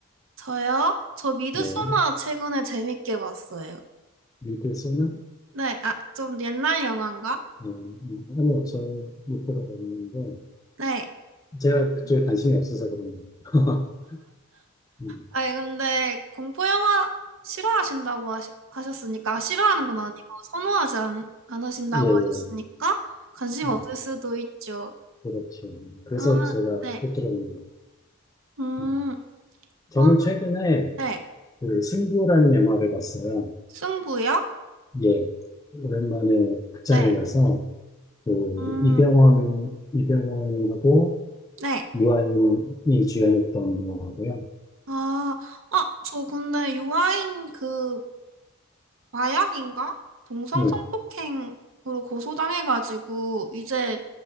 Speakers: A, on the right; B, on the left.
A: 저요? 저 미드소마
B: 네,
A: 최근에 재밌게 봤어요.
B: 미드소나?
A: 네, 아, 좀 옛날 영화인가?
B: 네, 음, 아니요, 저못 들어봤는데,
A: 네.
B: 제가 그쪽에 관심이 없어서 그런 거예요. <laughs> 음,
A: 아니, 근데 공포 영화 싫어하신다고 하시, 하셨으니까, 아, 싫어하는 건 아니고, 선호하지 않, 않으신다고
B: 아, 예, 예,
A: 하셨으니까, 관심
B: 예,
A: 없을 수도 있죠.
B: 그렇죠. 그래서
A: 그러면,
B: 제가
A: 네.
B: 못 들어본 것 같아요.
A: 음,
B: 음. 저는
A: 그럼,
B: 최근에
A: 네.
B: 그 승부라는 영화를 봤어요.
A: 승부요?
B: 예, 오랜만에 극장에
A: 네.
B: 가서, 그,
A: 음,
B: 이병헌, 이병헌하고
A: 네.
B: 유아인이 주연했던 영화고요.
A: 아, 아, 저 근데 유아인 그 마약인가? 동성
B: 네,
A: 성폭행으로 고소당해가지고, 이제